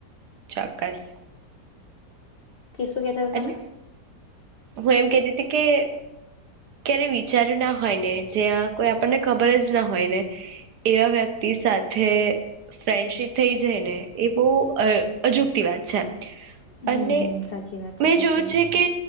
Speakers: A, on the right; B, on the left.
A: ચોક્કસ.
B: કે શું કેતા હતા
A: એટલે
B: તમે
A: હું એમ કેતી તી. કે ક્યારે વિચાર્યું ના હોય ને જ્યાં કોઈ આપણને ખબર જ ના હોય ને એવા વ્યક્તિ સાથે ફ્રેન્ડશીપ થઈ જાય ને એ બઉ અ અજુગતી વાત છે.
B: હમ્મ,
A: અને
B: હમ્મ સાચી વાત છે
A: મેં
B: સાચી
A: જોયું
B: વાત
A: છે કે